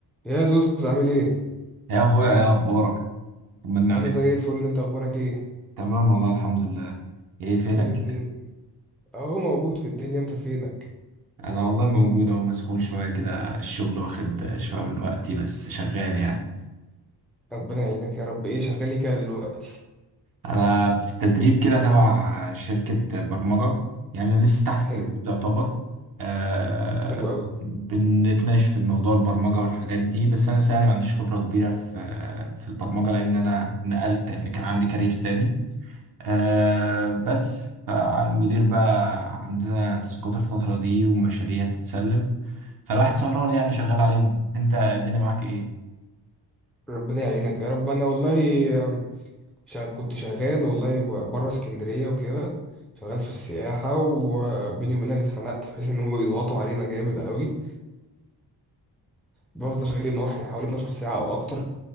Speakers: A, in the centre; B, on the right.
A: يا زوز عامل ايه
B: يا اخويا ايه اخبارك طمنا
A: انا
B: عليك
A: زي الفل انت اخبارك ايه
B: تمام والله الحمد لله ايه فينك
A: ايه
B: كده
A: الدنيا اهو موجود في الدنيا انت فينك
B: انا والله موجود اهو مسحول شويه كده الشغل واخد شويه من وقتي بس شغال يعني
A: ربنا يعينك يا رب ايه شغال لي كده دلوقتي
B: انا في تدريب كده تبع شركه برمجه يعني لسه تحت
A: حلو
B: التدريب يعتبر آه
A: حلو قوي
B: بنتناقش في موضوع البرمجه والحاجات دي بس انا لسه يعني ما عنديش خبره كبيره في في البرمجه لان انا نقلت يعني كان عندي كارير تاني أه بس فالمدير بقى عندنا تاسكات الفترة دي ومشاريع تتسلم فالواحد سهران يعني شغال عليهم انت الدنيا معاك ايه؟
A: ربنا يعينك يا رب انا والله آم، شا- كنت شغال والله بره اسكندريه وكده شغال في السياحه وبيني وبينك اتخنقت بحيث ان هم بيضغطوا علينا جامد قوي بفضل شغال النهار حوالي 12 ساعه او اكتر